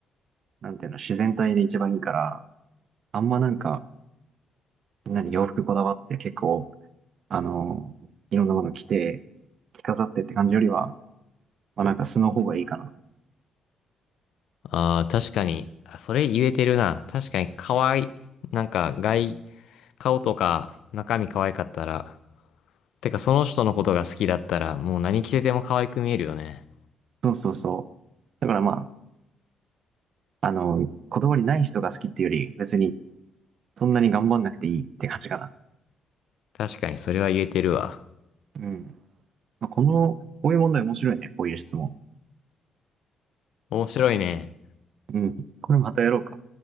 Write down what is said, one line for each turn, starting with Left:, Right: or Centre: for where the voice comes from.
Right: なんていうの、自然体で一番いいから、あんまなんか、みんなに洋服こだわって結構、あの、いろんなもの着て、着飾ってって感じよりは、まあなんか素の方がいいかな。
Left: ああ、確かに、あそれ言えてるな。確かに可愛い。なんか外、顔とか中身可愛かったら、てかその人のことが好きだったら、もう何着てても可愛く見えるよね。
Right: そうそうそう。だからまあ、あの、こだわりない人が好きっていうより、別にそんなに頑張んなくていいって感じかな。
Left: 確かにそれは言えてるわ。
Right: うん。まあこの、こういう問題面白いね。こういう質問。
Left: 面白いね。
Right: うん。これまたやろうか。